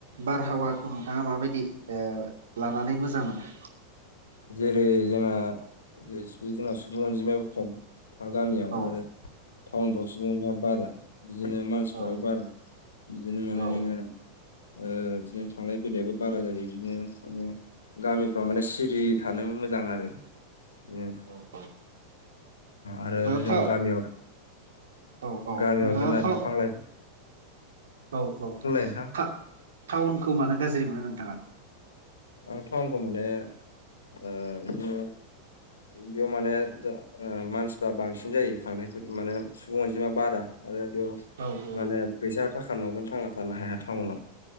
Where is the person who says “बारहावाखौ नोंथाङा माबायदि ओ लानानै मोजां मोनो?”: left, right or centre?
Right